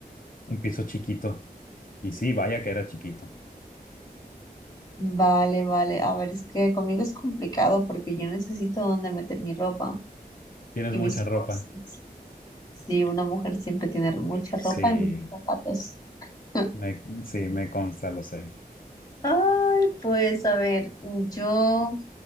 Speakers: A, on the left; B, on the left.
A: un piso chiquito. Y sí, vaya que era chiquito.
B: Vale, vale. A ver, es que conmigo es complicado porque yo necesito dónde meter mi ropa
A: Tienes
B: y
A: mucha
B: mis
A: ropa.
B: cosas. Sí, una mujer siempre tiene mucha
A: Sí,
B: ropa y muchos zapatos. <laughs>
A: me, sí, me consta, lo sé.
B: Ay, pues a ver, yo